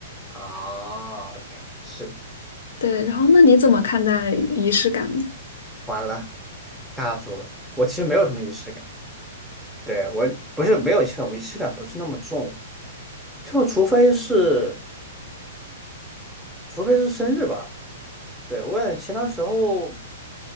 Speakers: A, in the centre; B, on the left.
A: 啊！OK，是
B: 对，然后那你怎么看待仪式感呢？
A: 完了，尬住了。我其实没有什么仪式感，对，我不是没有仪式感，我仪式感不是那么重，就除非是除非是生日吧。对，我也其他时候